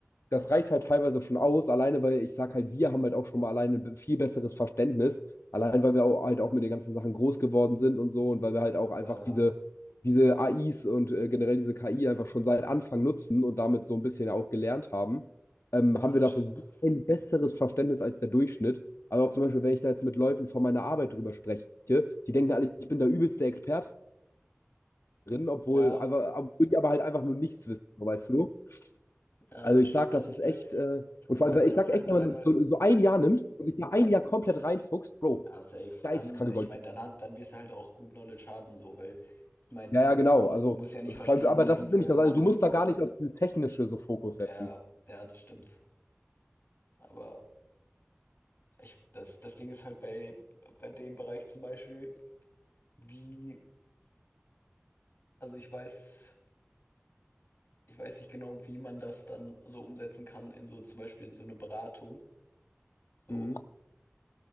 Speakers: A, on the left; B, on the left.
A: das reicht halt teilweise schon aus, alleine weil ich sag halt, wir haben halt auch schon mal alleine ein viel besseres Verständnis, allein weil wir auch, halt auch mit den ganzen Sachen groß geworden sind und so und weil wir halt auch einfach
B: Ja,
A: diese,
B: ja.
A: diese AIs und äh, generell diese KI einfach schon seit Anfang nutzen und damit so ein bisschen auch gelernt haben, ähm,
B: Ja,
A: haben
B: das
A: wir dafür
B: stimmt.
A: so ein besseres Verständnis als der Durchschnitt. Also auch zum Beispiel, wenn ich da jetzt mit Leuten von meiner Arbeit drüber spreche, die denken alle, ich bin der übelste Experte drin, obwohl,
B: Ja,
A: aber, obwohl die aber halt einfach nur nichts wissen, so, weißt du?
B: ja,
A: Also
B: das
A: ich
B: stimmt.
A: sag, das
B: Also,
A: ist
B: ich sag
A: echt, äh, und vor allem,
B: wenn
A: weil
B: man
A: ich
B: das
A: sag echt,
B: halt
A: wenn
B: einmal
A: man das so, so ein Jahr nimmt und sich da ein Jahr komplett reinfuchst, Bro,
B: ja, safe.
A: da
B: Dann
A: ist es kranke
B: ich
A: Gold.
B: meine, dann hat dann wirst du halt auch gut Knowledge haben so, weil ich meine,
A: Ja, ja, genau. Also,
B: du musst ja nicht
A: vor
B: verstehen,
A: allem, aber
B: wie
A: das
B: diese
A: ist nämlich das,
B: Models
A: also du musst da gar nicht auf dieses Technische so Fokus setzen.
B: ja, ja, das stimmt. Aber ich das das Ding ist halt bei bei dem Bereich zum Beispiel, wie also, ich weiß Ich weiß nicht genau, wie man das dann so umsetzen kann in so zum Beispiel so 'ne Beratung. So,
A: Mhm.